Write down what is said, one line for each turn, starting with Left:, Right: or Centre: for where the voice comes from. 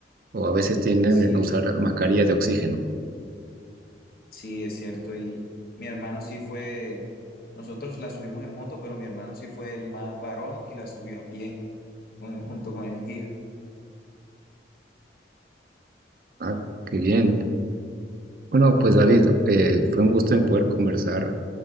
Right: o a veces tienden
Left: Así
Right: a
Left: es,
Right: usar mascarillas de oxígeno.
Left: sí, es cierto. Y mi hermano sí fue, nosotros la subimos en moto, pero mi hermano sí fue el más varón y la subió a pie, eh, junto con el guía.
Right: Ah, qué bien. Bueno, pues David, eh, fue un gusto en poder conversar